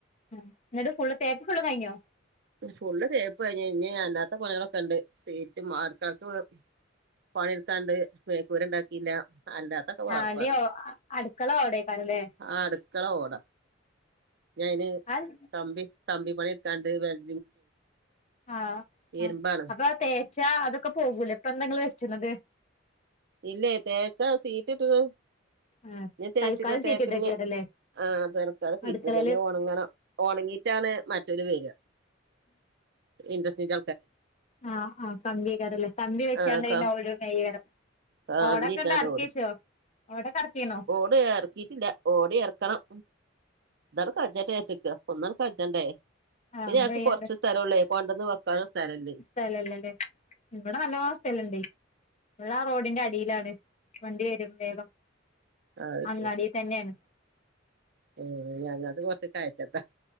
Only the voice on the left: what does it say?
ആഹ് ന്നൾത് ഫുള്ള് തേപ്പ് ഫുള്ള് കയ്ഞ്ഞോ
ആഹ് അടിയോ അടുക്കള ഓടേക്കാരല്ലേ
ആഹ്
ആഹ്
അപ്പൊ തേച്ചാ അതൊക്കെ പോകൂലെ ഇപ്പ എന്താങ്ങള് വെച്ച്ണത്
ആഹ്
തൽക്കാലം സീറ്റിട്ടേക്കാരല്ലേ
അടുക്കളേല്
ആഹ് ആഹ് കമ്പിയാകാരല്ലേ കമ്പി വെച്ചാണ്ട്
പിന്നെ
ഓട് മെയ്യകരം
ഓടൊക്കെങ്ങട്ട് അർക്കി
വെച്ചോ, ഓടോക്കെ അർക്കീണോ?
ആഹ്
ഒന്നും
ചെയ്യാണ്ട്
സ്ഥലല്ലല്ലേ ഇവടെ നല്ലോം സ്ഥലണ്ടെ ഉള്ള റോഡിന്റെ അടീലാണ് വണ്ടി വെരും വേഗം
അങ്ങാടിതന്നെണ്.